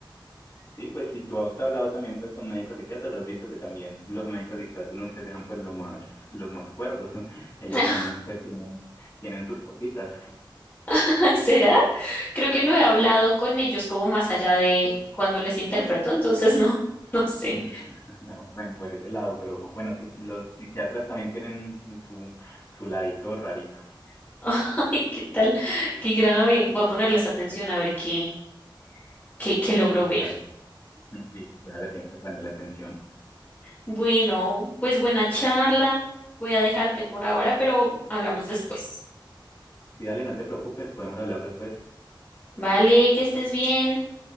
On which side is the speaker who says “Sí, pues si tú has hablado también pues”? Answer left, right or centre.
Left